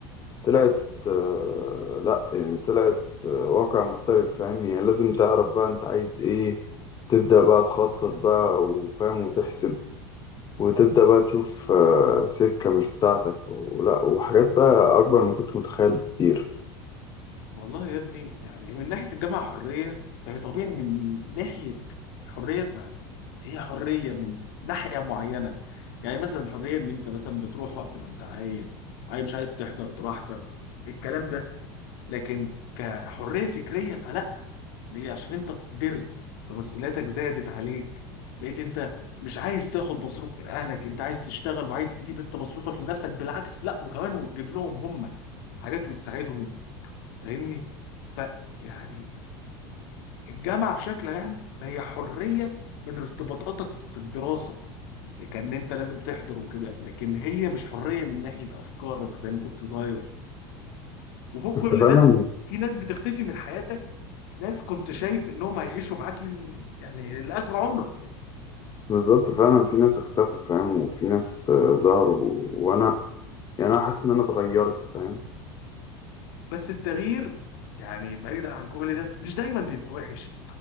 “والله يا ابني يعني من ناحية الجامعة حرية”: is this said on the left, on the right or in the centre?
Left